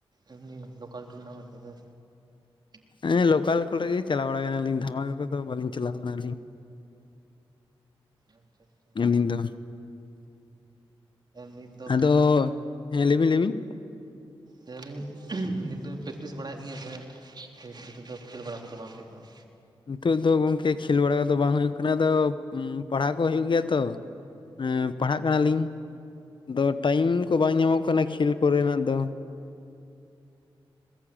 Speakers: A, on the right (about 45°); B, on the left (about 55°).
A: ᱮᱢᱱᱤ ᱞᱳᱠᱟᱞ ᱴᱩᱨᱱᱟᱢᱮᱱᱴ ᱠᱚᱜᱮ ᱩᱸ᱾
B: ᱦᱮᱸ ᱞᱳᱠᱟᱞ ᱠᱚᱨᱮ ᱜᱮ ᱪᱟᱞᱟᱣ ᱵᱟᱲᱟ ᱠᱟᱱᱟᱞᱤᱧ, ᱫᱷᱟᱢᱟᱠᱟ ᱠᱚᱫᱚ ᱵᱟᱹᱞᱤᱧ ᱪᱟᱞᱟᱣ ᱠᱟᱱᱟᱞᱤᱧ᱾
A: ᱟᱪᱪᱷᱟ ᱟᱪᱪᱷᱟ᱾
B: ᱟᱹᱞᱤᱧ ᱫᱚ
A: ᱱᱤᱛ ᱫᱚ
B: ᱟᱫᱚ
A: ᱯᱮᱠᱴᱤᱥ
B: ᱦᱮᱸ ᱞᱟᱹᱭᱵᱤᱱ ᱞᱟᱹᱭᱵᱤᱱ᱾
A: ᱫᱟᱹᱞᱤᱧ ᱱᱤᱛ ᱫᱚ ᱯᱨᱮᱠᱴᱤᱥ ᱵᱟᱲᱟᱭᱮᱫ ᱜᱮᱭᱟ ᱥᱮ ᱱᱤᱛᱚᱜ ᱫᱚ ᱠᱷᱮᱞ ᱵᱟᱲᱟ ᱠᱚᱫᱚ ᱵᱟᱝ ᱦᱩᱭᱩᱜ ᱠᱟᱱᱟ?
B: ᱱᱤᱛᱳ ᱫᱚ ᱜᱚᱝᱠᱮ ᱠᱷᱮᱞ ᱵᱟᱲᱟ ᱠᱚᱫᱚ ᱵᱟᱝ ᱦᱩᱭᱩᱜ ᱠᱟᱱᱟ ᱟᱫᱚ ᱯᱟᱲᱦᱟᱣ ᱠᱚ ᱦᱩᱭᱩᱜ ᱜᱮᱭᱟ ᱛᱚ, ᱮᱸ ᱯᱟᱲᱦᱟᱜ ᱠᱟᱱᱟᱞᱤᱧ ᱫᱚ ᱴᱟᱭᱤᱢ ᱠᱚ ᱵᱟᱝ ᱧᱟᱢᱚᱜ ᱠᱟᱱᱟ ᱠᱷᱮᱞ ᱠᱚᱨᱮᱱᱟᱜ ᱫᱚ᱾